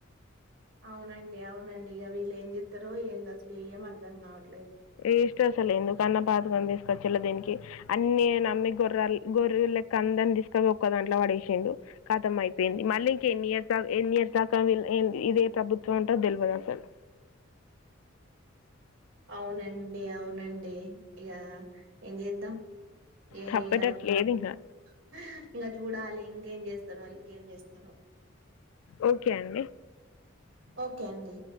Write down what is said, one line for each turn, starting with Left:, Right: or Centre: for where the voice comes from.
Right: అవునండి అవునండి ఇగ వీళ్ళు ఏం చెతారో ఏందో అసలు ఏం అర్ధం కావట్లేదు
Left: వేస్ట్ అసలు ఎందుకు కన్న పాతదాన తీసుకొచ్చిళ్ళో దినికి అన్ని నమ్మి గొర్ర్రా గొర్రోలెక్క అందరిని తీసుకొని ఒక్క దాంట్లో వడేసిండు కతం అయిపోయింది మళ్ళీ ఇంక ఎన్ని ఇయర్స్ దాక ఎన్ని ఇయర్స్ దాకా వీల్ ఏం ఇదే ప్రభుత్వం ఉంటదొ డెల్వదసలు
Right: అవునండి అవునండి ఇగ ఏం చేద్దాం ఏ
Left: తప్పేటట్టు
Right: అగ్
Left: లేదు ఇంకా
Right: <inaudible> ఇగ చూడాలి ఇం ఏం చేస్తరో ఇంకేం చేస్తరు
Left: ఓకే అండి
Right: ఓకే అండి